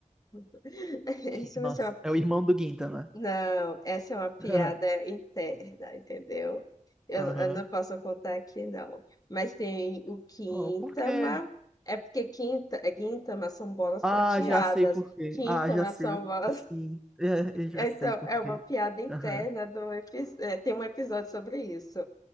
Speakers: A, on the left (about 25°); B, in the centre.
A: <laughs>
B: <laughs>
A: Isso
B: Nossa,
A: vai ser uma...
B: é o irmão do Ginta, né?
A: Não, essa é uma piada
B: <laughs>
A: interna, entendeu? Eu,
B: Aham.
A: eu não posso contar aqui, não. Mas tem o Quintama,
B: Oh, por quê?
A: é porque quinta, Gintama são bolas
B: Ah,
A: prateadas.
B: já sei por quê.
A: Quintama
B: Ah, já sei.
A: são bolas
B: Sim, é, eu já
A: Então,
B: sei por
A: é uma
B: quê.
A: piada interna
B: Aham.
A: do epi- é, tem um episódio sobre isso.